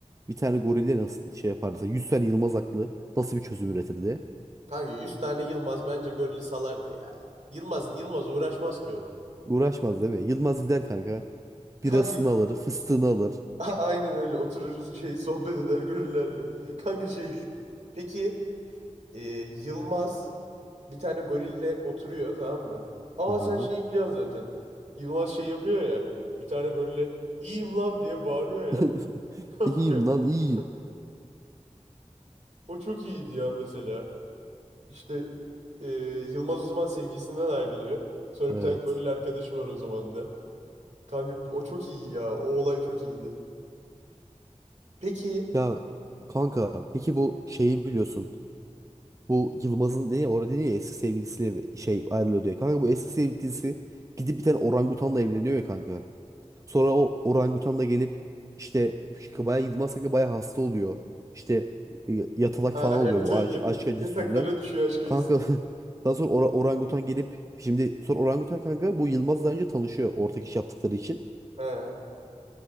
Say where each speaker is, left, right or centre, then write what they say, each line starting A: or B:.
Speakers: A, on the right; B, on the right.
A: bir tane gorille nasıl şey yapardı? Mesela 100 tane Yılmaz aklı nasıl bir çözüm üretirdi?
B: Kanka 100 tane Yılmaz bence Gölü salardı ya. Yılmaz Yılmaz uğraşmaz ki oğlum.
A: Uğraşmaz değil mi? Yılmaz gider kanka.
B: Kanka
A: Birasını alır, fıstığını alır.
B: <laughs> a- aynen öyle oturur şey sohbet eder Gönüllerle. Kanka şey peki e, Yılmaz Bir tane gorille oturuyor tamam mı? Aa
A: Aha.
B: sen şeyi biliyorsun zaten. Yılmaz şey yapıyor ya. Bir tane gorille iyiyim lan diye bağırıyor ya.
A: <laughs>
B: <laughs>
A: İyiyim lan iyiyim.
B: O çok iyiydi ya mesela. İşte e, Yılmaz o zaman sevgisinden ayrılıyor. Sonra
A: Evet.
B: bir tane goril arkadaşı var o zaman da. Kanka o çok iyi ya. O olay çok iyiydi. Peki.
A: Ya kanka peki bu şeyi biliyorsun. Bu Yılmaz'ın diye orada diye ya, eski sevgilisiyle bir şey ayrılıyor diye. Kanka bu eski sevgilisi gidip bir tane orangutanla evleniyor ya kanka. Sonra o orangutan da gelip işte bayağı Yılmaz kanka bayağı hasta oluyor. İşte y- yatalak
B: Ha,
A: falan oluyor
B: evet
A: bu
B: evet.
A: aşk,
B: evet.
A: aşk acısı
B: Yataklara
A: yüzünden.
B: düşüyor aşk acısı.
A: Kanka <laughs> daha sonra ora- orangutan gelip şimdi sonra orangutan kanka bu Yılmaz'la önce tanışıyor ortak iş yaptıkları için.
B: Ha.